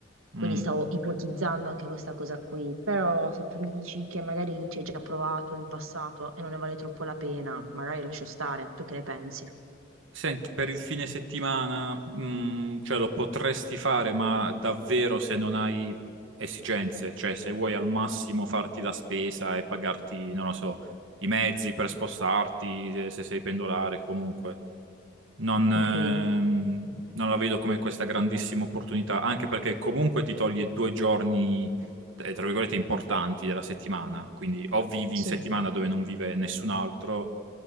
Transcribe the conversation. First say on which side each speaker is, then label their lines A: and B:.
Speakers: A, on the right; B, on the right.
A: quindi
B: Mm.
A: stavo ipotizzando anche questa cosa qui, però se tu mi dici che magari ci hai già provato in passato e non ne vale troppo la pena, magari lascio stare, tu che ne pensi?
B: Senti, per il fine settimana, mm, cioè lo potresti fare, ma davvero se non hai esigenze, cioè se vuoi al massimo farti la spesa e pagarti, non lo so, i mezzi per spostarti, se, se sei pendolare, comunque. Non, ehm,
A: Ok,
B: non la vedo come questa grandissima opportunità, anche perché comunque ti toglie due giorni, eh, tra virgolette, importanti della settimana. Quindi o vivi
A: sì,
B: in settimana dove non vive nessun altro